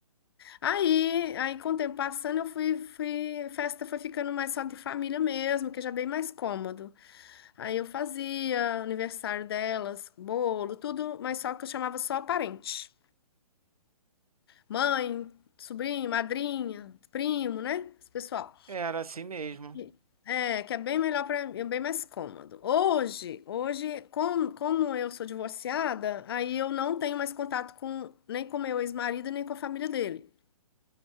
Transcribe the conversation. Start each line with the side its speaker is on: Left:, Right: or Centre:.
Left: aí, aí com o tempo passando, eu fui, fui, festa foi ficando mais só de família mesmo, que já é bem mais cômodo. Aí eu fazia aniversário delas, bolo, tudo, mas só que eu chamava só parente. Mãe, sobrinho, madrinha, primo, né? Esse pessoal.
Right: É, Era assim mesmo.
Left: E- É, que é bem melhor para mim, é bem mais cômodo. Hoje, hoje, como, como eu sou divorciada, aí eu não tenho mais contato com nem com meu ex-marido, nem com a família dele.